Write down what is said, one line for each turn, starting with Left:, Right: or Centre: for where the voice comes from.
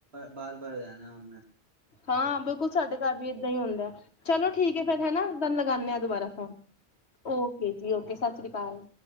Right: ਬਾਰ-ਬਾਰ ਜਾਣਾ ਐ ਓਨੇ
Left: ਹਾਂ, ਬਿਲਕੁਲ ਸਾਡੇ ਘਰ ਵੀ ਏਦਾਂ ਈ ਹੁੰਦਾ ਐ ਚਲੋ ਠੀਕ ਏ
Right: ਹਮ
Left: ਫਿਰ ਹੈ ਨਾ ਬਨ ਲਗਾਨੇ ਆ ਦੁਬਾਰਾ ਫੋਨ ਓਕੇ ਜੀ ਓਕੇ, ਸਤਿ ਸ੍ਰੀ ਅਕਾਲ।